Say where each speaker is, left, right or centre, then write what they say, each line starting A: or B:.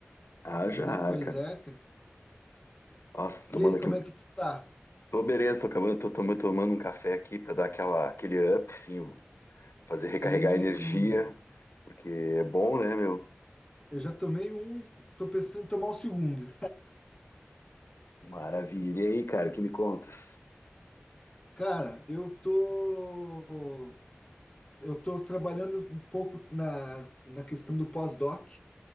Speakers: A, on the left (about 80°); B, on the left (about 20°).
A: Haja
B: Sim,
A: ar,
B: pois
A: cara.
B: é, cara.
A: Nossa, tô
B: E
A: tomando
B: aí,
A: aqui
B: como
A: um.
B: é que tá?
A: Tô beleza, tô acabando, tô tomando, tomando um café aqui pra dar aquela, aquele up, assim, o- fazer recarregar
B: Sim.
A: a energia, porque é bom, né, meu?
B: Eu já tomei um, tô pensando em tomar o segundo.
A: Maravilha. E aí, cara, o que me contas?
B: Cara, eu tô eu tô trabalhando um pouco na, na questão do pós-doc,